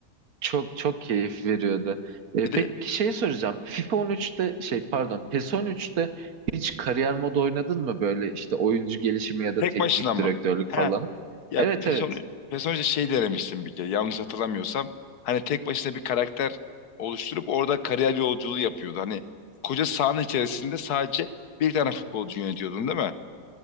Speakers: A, on the right (about 65°); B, on the left (about 75°).
A: çok çok keyif veriyordu. E,
B: Bir de
A: peki şey soracağım. FIFA 13'te şey pardon PES 13'te hiç kariyer modu oynadın mı böyle işte oyuncu gelişimi ya da
B: tek
A: teknik
B: başına mı?
A: direktörlük
B: He.
A: falan?
B: Ya
A: Evet
B: person
A: evet.
B: personaja şey denemiştim bir kere yanlış hatırlamıyorsam. Hani tek başına bir karakter oluşturup orada kariyer yolculuğu yapıyordu. Hani koca sahanın içerisinde sadece bir tane futbolcu yönetiyordun değil mi?